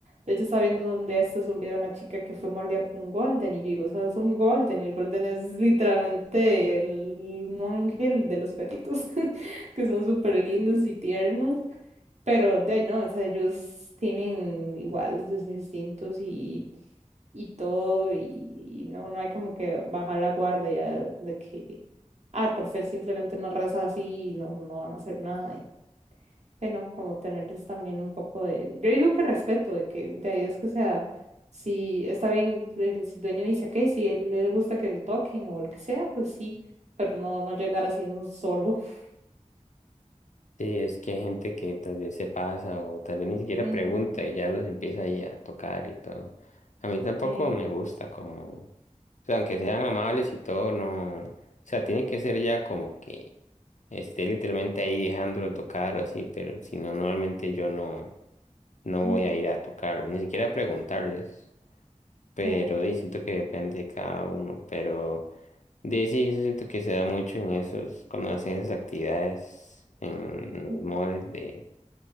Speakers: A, on the right; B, on the left.
A: De hecho, estaba viendo donde esto es un video de una chica que fue mordida por un golden y yo digo, o sea, es un golden. El golden es literalmente el, un ángel de los perritos, <laughs> que son súper lindos y tiernos, pero de ahí no, o sea, ellos tienen igual sus instintos y, y todo y, y no, no hay como que bajar la guardia de que, ah, por ser simplemente una raza así, no, no van a hacer nada de no como tenerles también un poco de, yo digo que respeto, de que de ahí es que o sea, si está bien, el, si el dueño dice, ok, si él le gusta que lo toquen o lo que sea, pues sí, pero no, no llegar así de un solo. <laughs>
B: Sí, es que hay gente que tal vez se pasa o tal vez ni siquiera
A: Mm,
B: pregunta y ya los empieza ahí a tocar y todo. A mí tampoco
A: sí,
B: me gusta como, o sea, aunque sean amables y todo, no, o sea, tiene que ser ya como que esté literalmente ahí dejándolo tocar o así, pero si no, normalmente yo no, no
A: mm,
B: voy a ir a tocarlo, ni siquiera a preguntarles, pero
A: sí,
B: y siento que depende de cada uno, pero de sí, eso siento que se da mucho en esos, cuando hacen esas actividades en los
A: mm,
B: moles de